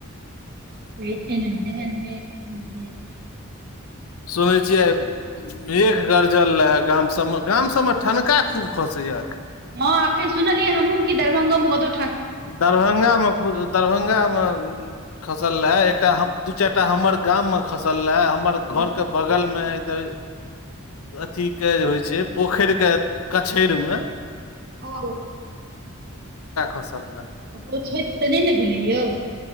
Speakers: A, on the right (about 50°); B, on the left (about 85°).
A: कहय छै ने जेहेन देश तेहेन भेश।
B: सुनै छियै मेघ गरजल रहै गाम सबमें गाम सबमे ठनका खूब खसैये।
A: हँ अखैन सुनलियै हमहूँ कि दरभंगो मे कतौ
B: दरभंगा मे खु दरभंगा मे खसल रहै एकटा हम दू चारिटा हमर गाम में खसल रहै हमर घर के बगल मे कि द अथीके जे होइ छै पोखैरके कछैड़मे
A: ओ
B: खसल रहे
A: ककरो छैत तऽ नै ने भेलै यौ?